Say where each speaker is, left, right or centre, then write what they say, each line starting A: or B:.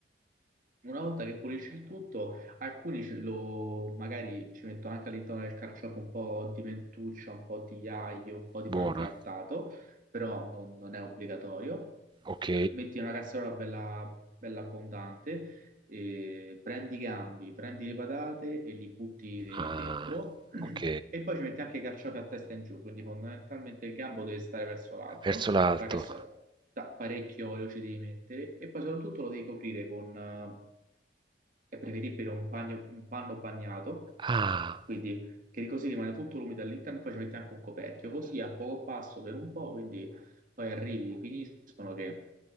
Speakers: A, on the right (about 45°); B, on the right (about 25°).
A: una volta che pulisci il tutto, alcuni ce lo, magari ci mettono anche all'interno del carciofo un po' di mentuccia, un po' di aglio, un po' di
B: buona,
A: pangrattato, però non, non è obbligatorio.
B: ok.
A: Metti una casseruola bella, bella abbondante, e prendi i gambi, prendi le patate e li butti de-
B: Ah,
A: dentro <clears throat>
B: ok,
A: e poi ci metti anche i carciofi a testa in giù, quindi fondamentalmente il gambo deve stare verso l'alto
B: verso l'alto.
A: la cassola da parecchio olio ci devi mettere e poi soprattutto lo devi coprire con, eh, è preferibile un, bagno- un panno bagnato,
B: Ah,
A: quindi che così rimane tutto l'umido all'interno, poi ci metti anche un coperchio, così a poco passo per un po', quindi poi arrivi, finiscono che